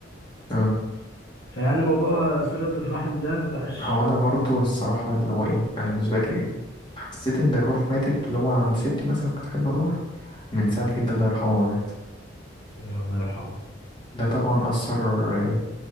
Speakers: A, on the left (about 25°); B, on the left (about 50°).
A: آه.
B: فيعني موضوع صلة الرحم ده ما بقاش
A: هو أنا برضه الصراحة اللي هو إيه أنا بالنسبة لي حسيت إن الروح ماتت اللي هو عند ستي مثلا كنت أحب أروح من ساعة جدا الله يرحمه ما مات
B: الله يرحمه
A: ده طبعا أثر آه،